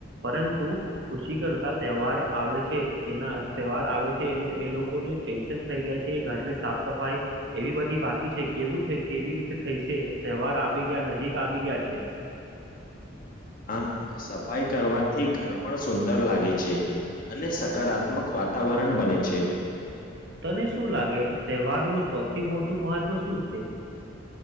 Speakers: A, on the right; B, on the left.
A: પરંતુ ખુશી કરતા તહેવાર આવે છે એના તહેવાર આવે છે એનો એ લોકોને ટેન્શન થઈ ગયા છે એ ઘરની સાફ સફાઈ, એવી બધી બાકી છે કેવું કેવી રીતે થઈ છે તહેવાર આવી ગયા નજીક આવી યા છે.
B: હા સફાઈ કરવાથી ઘર પણ સુંદર લાગે છે અને સકારાત્મક વાતાવરણ બને છે
A: તને શું લાગે તહેવારનું સ્ થી મોટું મહત્વ શું છે?